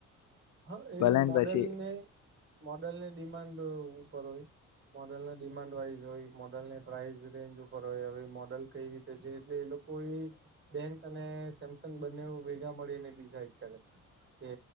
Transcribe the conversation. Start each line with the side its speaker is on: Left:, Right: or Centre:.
Right: હા એ
Left: ભલે
Right: મોડલને
Left: ને પછી
Right: મોડેલ ને ડિમાન્ડ ઉપર હોય. મોડલના ડિમાન્ડ વાઈઝ હોય મોડલને પ્રાઇઝ રેન્જ ઉપર હોય હવે મોડલ કઈ રીતે છે એટલે એ કોઈ બેંક અને સેમસંગ બંને ભેગા મળીને ડિઝઇડ કરે. એ